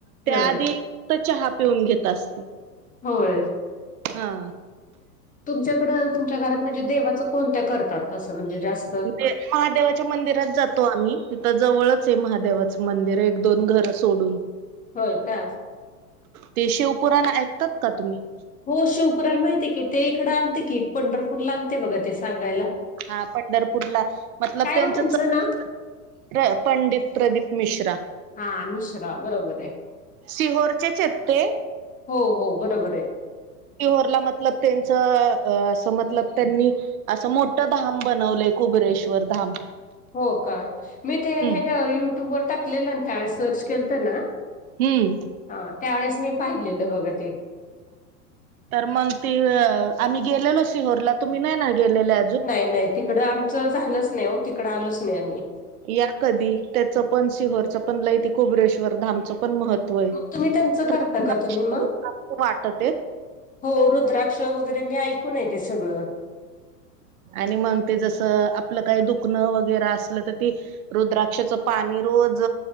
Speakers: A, on the right; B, on the left.
A: त्याआधी
B: हा
A: तर चहा पिऊन घेत असते.
B: होय.
A: हा.
B: तुमच्याकडं तुमच्या घरात म्हणजे देवाचं कोणत्या करतात असं म्हणजे जास्त?
A: दे महादेवाच्या मंदिरात जातो आम्ही, इथं जवळचंये महादेवाचं मंदिर एक दोन घरं सोडून.
B: होय का?
A: ते शिवपुरान ऐकतात का तुम्ही?
B: हो शिवपुराण माहितीय की ते इकडं आलते की पंढरपूरला आलते बघा ते सांगायला.
A: हा पंढरपूरला मतलब
B: काय
A: त्यांच
B: हो त्यांचं
A: च <unintelligible>
B: नाव
A: प्र, पंडित प्रदीप मिश्रा.
B: हा मिश्रा बरोबर आहे
A: सिहोरचेच ते.
B: हो, हो, बरोबर आहे.
A: शिवरला मतलब त्यांच, असं मतलब त्यांनी असं मोठं धाम बनवलंय कुबरेश्वर धाम.
B: हो का मी ते
A: हम्म
B: ह्याच्यावर युट्यूबवर टाकलेलं त्या सर्च केल, तर ना
A: हम्म.
B: हा त्यावेेळेस मी पाहिले द बघ ते
A: तर मग ती आम्ही गेलेलो सिहोरला तुम्ही नाही ना गेलेल्या
B: नाही नाही तिकडं, नाही हो तिकड आलच नाही आम्ही.
A: या कधी त्याचं, पण शिहोरच पण लैती कुबरेश्वर धमचं पण महत्व हे
B: मग तुम्ही त्यांचं
A: आहे
B: करता का तुम्ही मग
A: वाटत.
B: हो रुद्राक्ष वगैरे मी ऐकून येते सगळं.
A: आणि मग ते जसं आपलं काही दुखणं वगैरे असलं तर ते रुद्राक्षाचं पाणी रोज